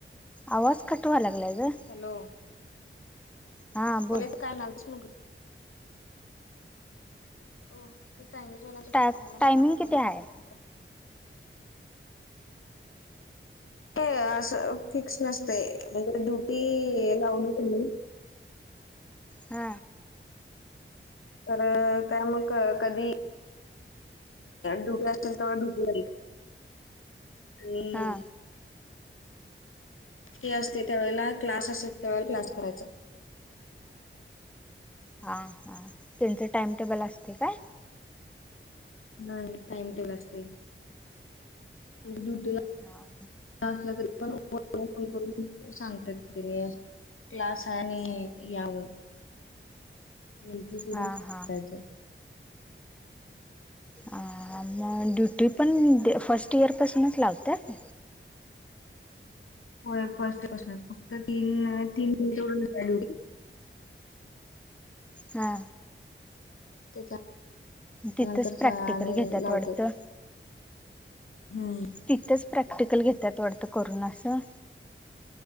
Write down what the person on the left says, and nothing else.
हॅलो
<unintelligible>
वो ते चायनीजवाल्याच
फोनला आलाय
माझ्या
फोनवरन
फोन कर. असं फिक्स नसतय म्हणे ड्युटी लावली कणी
तर काय मग कधी ड्युटी असेल तेव्हा ड्युटीला हम्म!
ती असते त्यावेळेला क्लास असत त्यावेळेला क्लास करायचा.
नाही टाइम टेबल असते ड्युटीला
असला तरी पण फोन करून सांगत्यात तिन्ही असे क्लास हाय आणि या म्हणून मुलगी सोडून
जायचं.
होय फर्स्ट इयरफसनच फक्त तीन तीन जवळ एवढी.
<unintelligible>
हम्म!